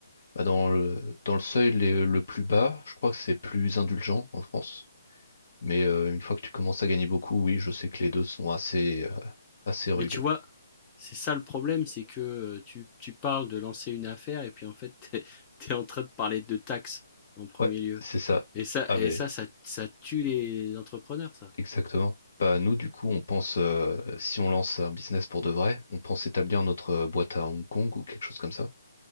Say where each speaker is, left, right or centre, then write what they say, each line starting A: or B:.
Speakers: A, on the left (about 60°); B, on the left (about 20°).
A: Bah, dans le, dans le seuil les- le plus bas, je crois que c'est plus indulgent en France. Mais euh, une fois que tu commences à gagner beaucoup, oui, je sais que les deux sont assez, euh, assez rudes.
B: Mais tu vois, c'est ça le problème, c'est que euh, tu, tu parles de lancer une affaire et puis en fait, <laughs> t'es, t'es en train de parler de taxes en premier
A: Ouais,
B: lieu.
A: c'est ça.
B: Et ça,
A: Ah
B: et
A: ben,
B: ça, ça, ça tue les entrepreneurs, ça.
A: exactement. Bah, nous, du coup, on pense, euh, si on lance un business pour de vrai, on pense établir notre euh, boîte à Hong Kong ou quelque chose comme ça.